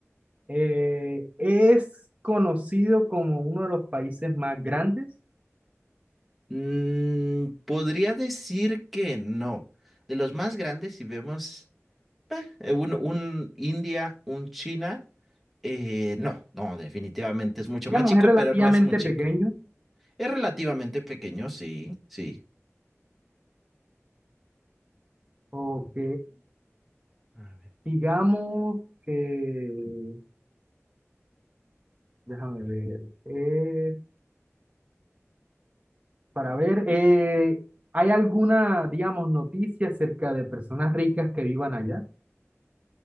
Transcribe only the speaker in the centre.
Mm, podría decir que no. De los más grandes, si vemos eh, un, un India, un China, eh, no, no, definitivamente es mucho
más chico,
pero no es muy chico.
Es relativamente pequeño, sí, sí.
A ver.